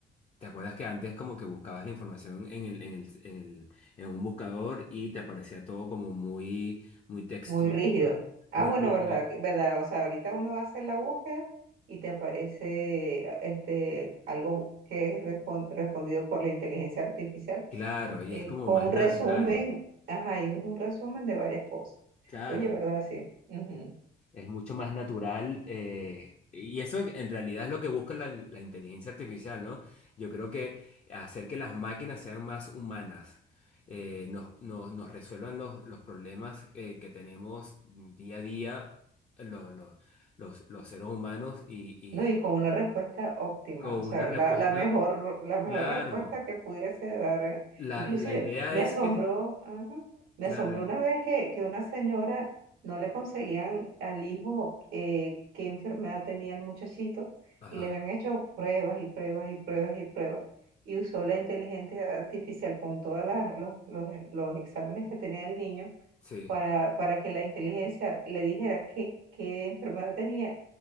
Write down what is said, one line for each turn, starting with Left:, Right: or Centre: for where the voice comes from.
Left: ¿te acuerdas que antes como que buscabas la información en el, en el, en el- en un buscador y te aparecía todo como muy, muy textual,
Right: muy rígido.
Left: ¿no?
Right: Ah,
Left: Muy
Right: bueno,
Left: rígido.
Right: verdad, que- verdad, o sea, ahorita uno hace la búsqueda y te aparece este, algo que es respon- respondido por la inteligencia artificial
Left: Claro, y
Right: eh,
Left: es como
Right: con
Left: más
Right: un
Left: natural,
Right: resumen, ajá, y un resumen de varias cosas.
Left: claro.
Right: Oye, ¿verdad? Sí. ujú.
Left: Es mucho más natural eh, y eso en realidad es lo que busca la, la inteligencia artificial, ¿no? Yo creo que hacer que las máquinas sean más humanas, eh, nos, nos- nos resuelvan los, los problemas eh, que tenemos día a día lo- lo- los, los seres humanos y, y
Right: No, y con una respuesta óptima,
Left: con
Right: o
Left: una
Right: sea,
Left: respuesta,
Right: la, la mejor, la mejor
Left: claro,
Right: respuesta que pudiese dar. eh.
Left: la,
Right: Inclusive,
Left: la idea
Right: me
Left: es
Right: asombró,
Left: que,
Right: ajá, me
Left: claro,
Right: asombró
Left: el-
Right: una vez que, que una señora no le conseguían al hijo eh, qué enfermedad tenía el muchachito
Left: ajá,
Right: y le habían hecho pruebas y pruebas y pruebas y pruebas y usó la inteligencia artificial con todos los, los, los exámenes que tenía el niño
Left: sí,
Right: para, para que la inteligencia le dijera qué, qué enfermedad tenía